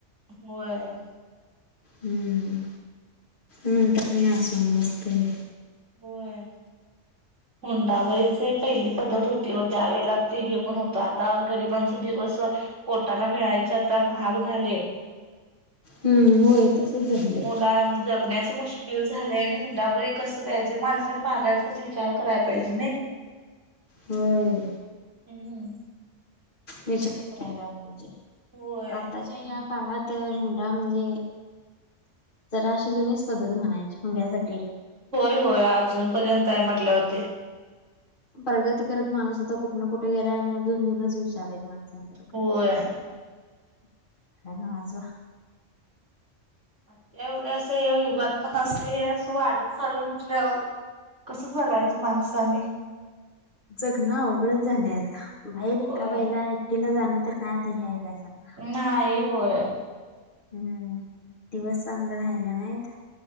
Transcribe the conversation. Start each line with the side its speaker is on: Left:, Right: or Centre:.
Right: होय.
Left: हम्म! नंतर न असं होऊन बसतय.
Right: होय. हुंडाबळीच पहिली पद्धत होती त्यावेेळेला ते हे पण होतं आता गरिबांचा दिवस पोटाला मिळायच आता महाग झालय.
Left: हम्म होय तसच झालंय.
Right: जगण्याचं मुश्किल मुश्किल झालेय आणि हुंडाबळी कसं द्यायचय माणसा मागायच कस विचार विचार करायला पाहिजे नाही
Left: होय
Right: हम्
Left: विचार करायला पाहिजे,
Right: होय.
Left: आताच्या या काळात हुंडा म्हणजे जरा अशी जुनीच पद्धत म्हणायची हुंड्यासाठी.
Right: होय होय अजूनपर्यंत आहे म्हटल्यावर ती.
Left: प्रगती करत माणूस आता कुठ न कुठ गेलाय आणि अजून जुनच विचार आहेत माण, <unintelligible>
Right: होय.
Left: काय नवाच बा.
Right: आत्या एवढ अस या युगात पण असं हे असं वाढत चाललय म्हटल्यावर कसं जगायचं माणसानी.
Left: जगणं अवघडंच झालंय आता, बाहेर
Right: होय
Left: एका बाईला एकटीला जाणं तर काय आता हे आहे काय सांगा.
Right: नाही होय.
Left: हम्म, दिवस चांगलं राहिलं नाहीत.